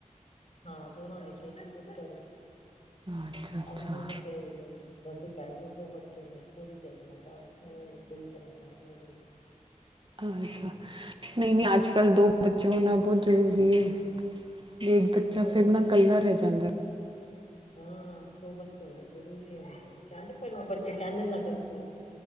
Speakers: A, on the left; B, on the right.
A: ਹਾਂ ਦੋਨੋ ਨੇ ਖੇਤੀ ਪੁੱਤਰ
B: ਅੱਛਾ
A: ਅਲੀਮੋਨੀ
B: ਅੱਛਾ
A: ਤੇ ਮੇਰੀ। ਅਗਰ ਪਹਿਲੇ ਦੋ ਬੱਚੇ ਨੇ ਇੱਕ ਕੁੜੀ ਤੇ ਇੱਕ ਮੁੰਡਾ <unintelligible>
B: ਅੱਛਾ ਨਹੀਂ-ਨਹੀਂ ਅੱਜ ਕੱਲ੍ਹ ਦੋ ਬੱਚੇ ਹੋਣਾ ਬਹੁਤ ਜ਼ਰੂਰੀ ਐ। ਇੱਕ ਬੱਚਾ
A: ਦੋ
B: ਫੇਰ ਨਾ ਇਕੱਲਾ ਰਹਿ ਜਾਂਦਾ।
A: ਹਾਂ ਦੋ ਬੱਚੇ ਹੋਣੇ ਜ਼ਰੂਰੀ ਕਹਿੰਦੇ ਪਹਿਲੇ ਬੱਚੇ ਕਹਿੰਦੇ ਨਾਂ ਕਿਸੇ